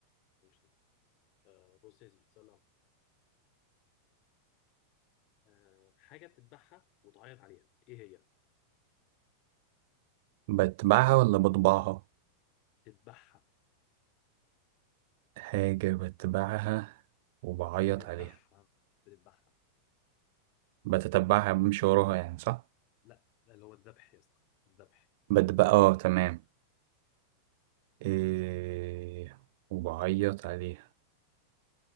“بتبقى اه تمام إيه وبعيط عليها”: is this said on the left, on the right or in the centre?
Right